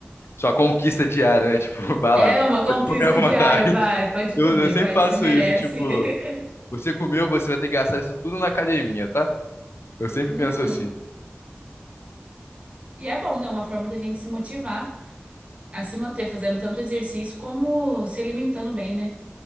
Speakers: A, on the left (about 80°); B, on the right (about 30°).
A: sua conquista diária, né? Tipo, <laughs> vai
B: É
A: lá,
B: uma
A: pode
B: conquista
A: comer à vontade.
B: diária, vai, pode comer,
A: Eu, eu sempre
B: vai,
A: faço
B: você merece.
A: isso, tipo,
B: <laughs>
A: você comeu, você vai ter que gastar isso tudo na academia, tá? Eu sempre
B: Uhum.
A: penso assim.
B: E é bom, né? Uma forma da gente se motivar a se manter fazendo tanto exercício como se alimentando bem, né?